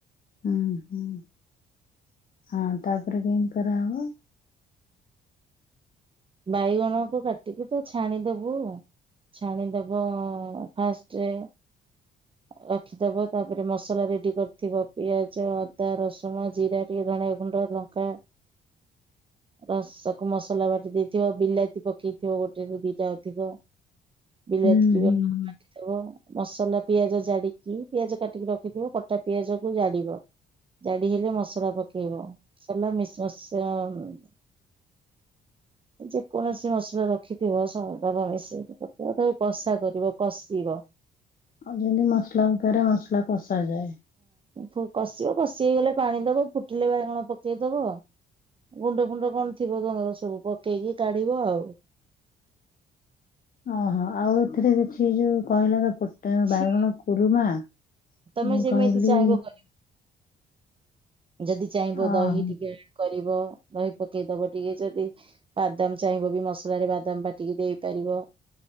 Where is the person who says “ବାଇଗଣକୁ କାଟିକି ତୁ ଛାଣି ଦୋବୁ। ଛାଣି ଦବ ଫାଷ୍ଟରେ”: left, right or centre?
Right